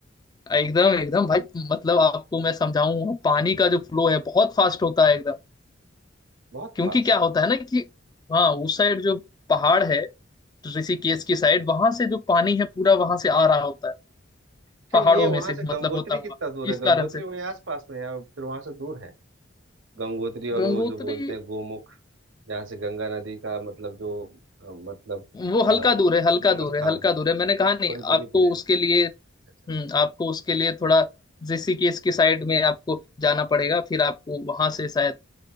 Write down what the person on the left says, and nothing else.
एकदम एकदम भाई मतलब आपको मैं समझाऊं पानी का जो फ्लो है बहुत फास्ट होता है एकदम
क्योंकि
क्या होता है ना कि हाँ उस साइड जो पहाड़ है तो ऋषिकेश की साइड वहां से जो पानी है पूरा वहां से आ रहा होता है
पहाड़ों
में से
मतलब
होता हुआ
इस
कारण से
गंगोत्री
वो हल्का
दूर है हल्का दूर
है हल्का
दूर है मैंने कहा नहीं
आपको
उसके लिए
हम्म
आपको उसके लिए थोड़ा ऋषिकेश की साइड में आपको जाना पड़ेगा फिर आपको वहां से शायद